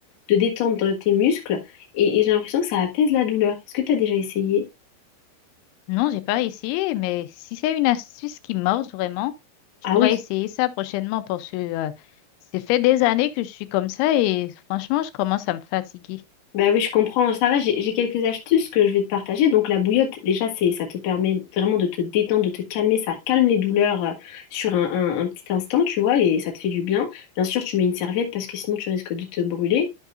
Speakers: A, on the left (about 55°); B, on the left (about 85°).
A: de détendre tes muscles et, et j'ai l'impression que ça apaise la douleur. Est-ce que tu as déjà essayé?
B: Non, j'ai pas essayé, mais si c'est une astuce qui marche vraiment,
A: Ah
B: je pourrais
A: oui.
B: essayer ça prochainement parce que euh, ça fait des années que je suis comme ça et franchement, je commence à me fatiguer.
A: Bah oui, je comprends. Ça va, j'ai j'ai quelques astuces que je vais te partager. Donc la bouillotte, déjà, c'est, ça te permet vraiment de te détendre, de te calmer. Ça calme les douleurs euh, sur un, un- un petit instant, tu vois, et ça te fait du bien. Bien sûr, tu mets une serviette parce que sinon tu risques de te brûler.